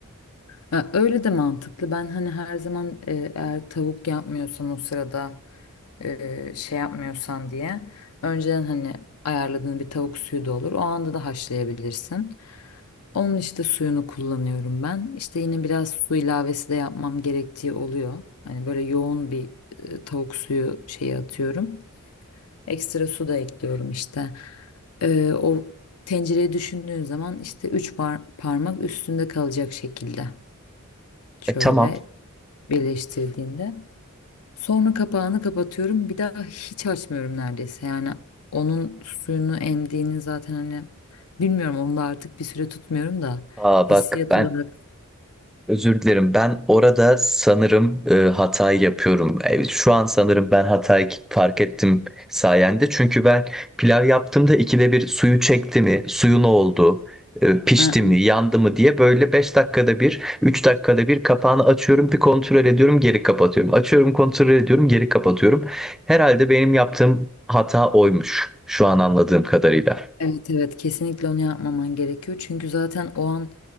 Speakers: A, on the left (about 85°); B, in the centre.
A: Ha, öyle de mantıklı. Ben hani her zaman e, eğer tavuk yapmıyorsan o sırada e, şey yapmıyorsan diye önceden hani ayarladığın bir tavuk suyu da olur. O anda da haşlayabilirsin. Onun işte suyunu kullanıyorum ben. İşte yine biraz su ilavesi de yapmam gerektiği oluyor. Hani böyle yoğun bir e, tavuk suyu şeyi atıyorum. Ekstra su da ekliyorum işte. E, o tencereye düşündüğün zaman işte 3 parmak üstünde kalacak şekilde. Şöyle
B: E tamam.
A: birleştirdiğinde. Sonra kapağını kapatıyorum. Bir daha hiç açmıyorum neredeyse. Yani onun suyunu emdiğini zaten hani bilmiyorum onu da artık bir süre tutmuyorum da
B: Aa bak
A: hissiyat
B: ben
A: olarak
B: Özür dilerim. Ben orada sanırım e, hatayı yapıyorum. E, şu an sanırım ben hatayı fark ettim sayende. Çünkü ben pilav yaptığımda ikide bir suyu çekti mi, suyu ne oldu, e, pişti
A: Aa,
B: mi, yandı mı diye böyle 5 dakikada bir, 3 dakikada bir kapağını açıyorum, bir kontrol ediyorum, geri kapatıyorum. Açıyorum, kontrol ediyorum, geri kapatıyorum. Herhalde benim yaptığım hata oymuş şu an anladığım kadarıyla.
A: evet evet kesinlikle onu yapmaman gerekiyor. Çünkü zaten o an